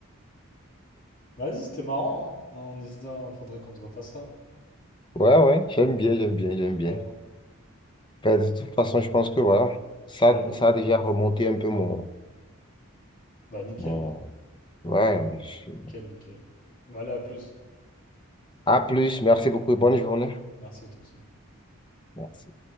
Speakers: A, on the left; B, on the left.
A: Vas-y, c'était marrant, hein. On hésite, hein, faudrait qu'on te refasse ça.
B: Ouais, ouais, j'aime bien, j'aime bien, j'aime
A: Ouais,
B: bien. Ben, de toute façon, je pense que voilà, ça,
A: vas-y.
B: ça a déjà remonté un peu mon,
A: Bah nickel,
B: mon... Ouais, je-
A: nickel, nickel. Bah allez, à plus.
B: à plus, merci beaucoup et bonne journée.
A: Merci toi aussi.
B: Merci.